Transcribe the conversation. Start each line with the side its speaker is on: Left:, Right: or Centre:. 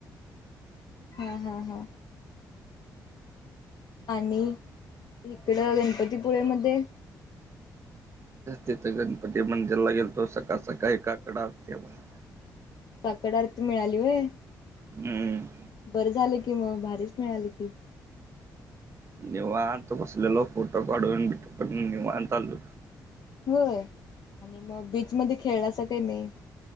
Left: हां हां हां. आणि इकडं गणपतीपुळे मध्ये?
Right: तिथं गणपती मंदिरला गेलतो सकाळ, सकाळी काकड आरती आहे म्हणून.
Left: काकड आरती मिळाली होय?
Right: हम्म.
Left: बरं झाल की मग भारीच मिळाली की.
Right: निवांत बसलेलो फोटो काढून, काढून निवांत आलो.
Left: होय, आणि मग बीच मध्ये खेळला असं काही नाही?